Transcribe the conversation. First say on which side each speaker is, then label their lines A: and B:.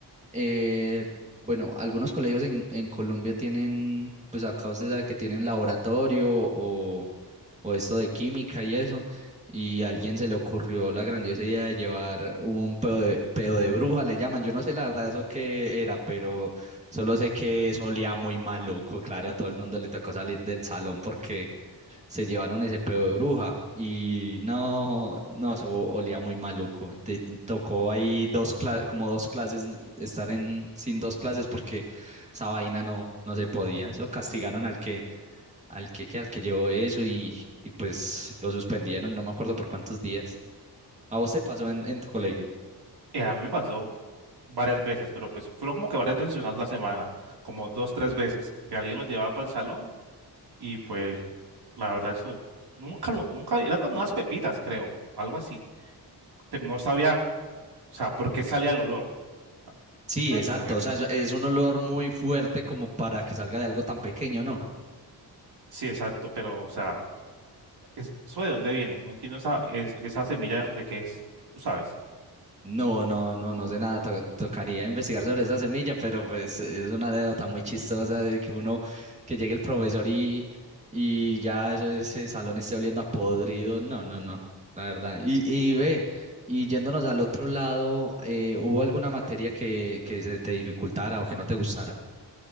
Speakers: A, on the right; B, on the right.
A: eh, bueno, algunos colegios en, en Colombia tienen, pues acá usted sabe que tienen laboratorio o, o esto de química y eso, y a alguien se le ocurrió la grandiosa idea de llevar un pedo de, pedo de bruja, le llaman, yo no sé la verdad eso qué era, pero solo sé que eso olía muy maluco, claro, a todo el mundo le tocó salir del salón porque se llevaron ese pedo de bruja y no, no, eso olía muy maluco. Te tocó ahí dos cla- como dos clases, estar en, sin dos clases porque esa vaina no, no se podía. Eso castigaron al que, al que, que- al que llevó eso y, y pues lo suspendieron, no me acuerdo por cuántos días. ¿A vos te pasó en, en tu colegio?
B: Eh, a mí me pasó varias veces, pero pues fueron como que varias veces en una sola semana, como dos, tres veces, que alguien los llevaba para el salón y pues la verdad eso nunca lo, nunca, era como unas pepitas creo, algo así, pero no sabía, o sea, por qué salía el olor.
A: Sí,
B: ¿Tú sabes
A: exacto,
B: por qué?
A: o sea, eso- es un olor muy fuerte como para que salga de algo tan pequeño, ¿no?
B: Sí, exacto, pero o sea... es- ¿eso de dónde viene? No entiendo esa, es- esa semilla de qué es, tú sabes.
A: No, no, no, no sé nada, to- tocaría investigar sobre esa semilla, pero pues es una anécdota muy chistosa de que uno, que llegue el profesor y, y ya eso- ese salón esté oliendo a podrido, no, no, no, la verdad. Y, y ve, y yéndonos al otro lado, eh, ¿hubo alguna materia que, que se te dificultara o que no te gustara?